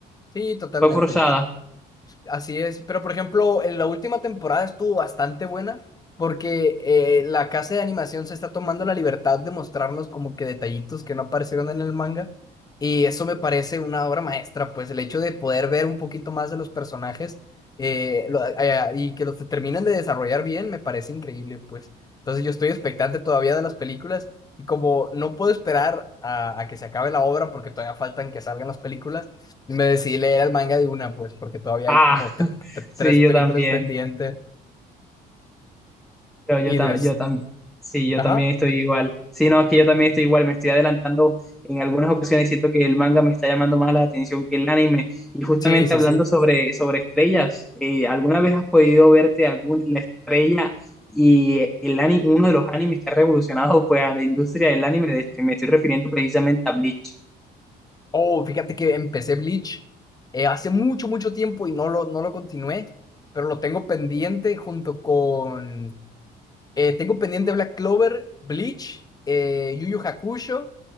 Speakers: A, on the left; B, in the centre.
A: sí, totalmente.
B: fue forzada.
A: Así es, pero por ejemplo, en la última temporada estuvo bastante buena porque eh, la casa de animación se está tomando la libertad de mostrarnos como que detallitos que no aparecieron en el manga y eso me parece una obra maestra, pues el hecho de poder ver un poquito más de los personajes eh, lo- eh, y que los terminen de desarrollar bien me parece increíble, pues. Entonces yo estoy expectante todavía de las películas y como no puedo esperar a, a que se acabe la obra porque todavía faltan que salgan las películas. Me decidí leer el manga de una, pues, porque todavía
B: Ah,
A: hay como tre-
B: <laughs>
A: tre-
B: sí,
A: tres películas
B: yo también.
A: pendientes
B: Yo, yo,
A: y
B: ta-
A: des...
B: yo tam- sí, yo
A: Ajá.
B: también estoy igual. Sí, no, es que yo también estoy igual, me estoy adelantando en algunas ocasiones, siento que el manga me está llamando más la atención que el anime. Y justamente
A: Sí, sí,
B: hablando
A: sí.
B: sobre, sobre estrellas, eh, ¿alguna vez has podido verte algún, la estrella y el anime, uno de los animes que ha revolucionado pues, a la industria del anime? De este, me estoy refiriendo precisamente a Bleach.
A: Oh, fíjate que empecé Bleach eh, hace mucho, mucho tiempo y no lo, no lo continué, pero lo tengo pendiente junto con... eh, tengo pendiente Black Clover, Bleach, eh, Yu Yu Hakusho